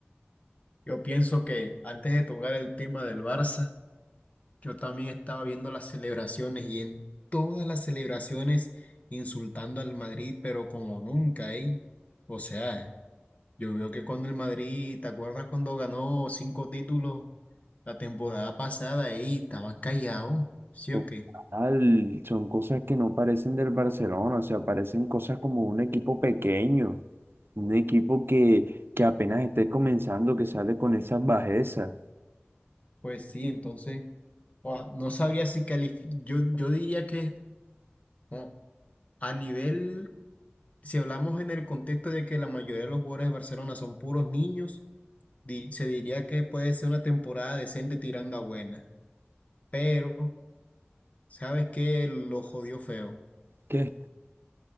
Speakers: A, on the left; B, on the right.
A: Yo pienso que antes de tocar el tema del Barça, yo también estaba viendo las celebraciones y en todas las celebraciones insultando al Madrid, pero como nunca, ¿eh? O sea, yo veo que cuando el Madrid, ¿te acuerdas cuando ganó cinco títulos la temporada pasada, ¿eh? Estaban callados, ¿sí
B: Total,
A: o qué?
B: son cosas que no parecen del Barcelona, o sea, parecen cosas como un equipo pequeño, un equipo que, que apenas esté comenzando, que sale con esas bajezas.
A: Pues sí, entonces, ua, no sabría si calificar, yo, yo diría que... oh, a nivel Si hablamos en el contexto de que la mayoría de los jugadores de Barcelona son puros niños, di- se diría que puede ser una temporada decente tirando a buena. Pero, ¿sabes qué? Lo jodió feo.
B: ¿Qué?